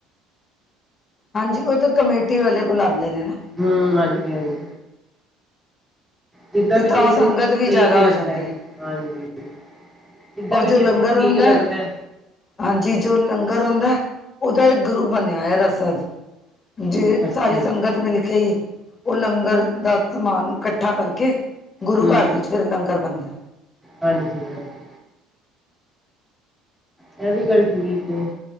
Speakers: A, on the left; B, in the centre.
A: ਹਾਂਜੀ, ਉਹ ਤਾਂ ਕਮੇਟੀ ਵਾਲੇ ਬੁਲਾਉਂਦੇ ਨੇ ਨਾ।
B: ਹਮ, ਹਾਂਜੀ ਹਾਂਜੀ। ਜਿੱਦਾਂ
A: ਤੇ
B: ਵੀ ਜਿਹਨੂੰ
A: ਤਾਂ ਸੰਗਤ ਵੀ
B: ਠੀਕ
A: ਜ਼ਿਆਦਾ
B: ਲੱਗਦਾ
A: ਹੋ ਜਾਂਦੀ
B: ਹੈ, ਹਾਂਜੀ। ਜਿੱਦਾਂ
A: ਔਰ ਜੋ
B: ਵੀ ਜਿਹਨੂੰ
A: ਲੰਗਰ
B: ਠੀਕ
A: ਹੁੰਦਾ
B: ਲੱਗਦਾ।
A: ਹੈ ਹਾਂਜੀ, ਜੋ ਲੰਗਰ ਹੁੰਦਾ, ਉਹਦਾ ਇੱਕ ਗਰੁੱਪ ਬਣਿਆ ਹੈ- ਰਸਦ। ਜੇ
B: ਅੱਛਾ
A: ਸਾਰੀ
B: ਜੀ
A: ਸੰਗਤ ਮਿਲ ਕੇ ਹੀ ਉਹ ਲੰਗਰ ਦਾ ਸਮਾਨ ਇਕੱਠਾ ਕਰਕੇ ਗੁਰੂ-ਘਰ
B: ਹੂੰ
A: ਵਿੱਚ ਫਿਰ ਲੰਗਰ ਬਣਦਾ।
B: ਹਾਂਜੀ ਹਾਂਜੀ। ਇਹ ਵੀ ਗੱਲ ਠੀਕ ਹੈ।